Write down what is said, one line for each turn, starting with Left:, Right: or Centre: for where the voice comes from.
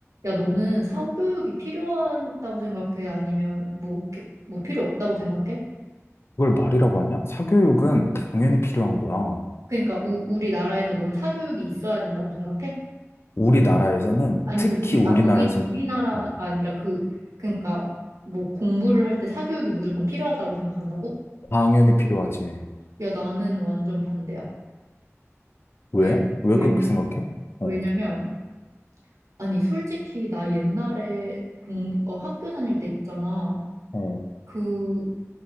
Right: 야, 너는 사교육이 필요하다고 생각해? 아니면 뭐, 이렇게- 뭐 필요 없다고 생각해?
Left: 그걸 말이라고 하냐? 사교육은 당연히
Right: 어.
Left: 필요한 거야.
Right: 그러니까 우, 우리나라에서 넌 사교육이 있어야 된다고 생각해?
Left: 우리나라에서는,
Right: 아니,
Left: 특히
Right: 그 우리,
Left: 우리나라에서는,
Right: 아, 우리, 우리나라가
Left: 어,
Right: 아니라 그, 그러니까 뭐 공부를 할 때 사교육이 무조건 필요하다고 생각한다고?
Left: 당연히 필요하지.
Right: 야, 나는 완전 반대야.
Left: 왜?
Right: 왜,
Left: 왜
Right: 왜냐,
Left: 그렇게 생각해? 어,
Right: 왜냐면, 아니, 솔직히 나 옛날에 공부, 어, 학교 다닐 때 있잖아.
Left: 어.
Right: 그,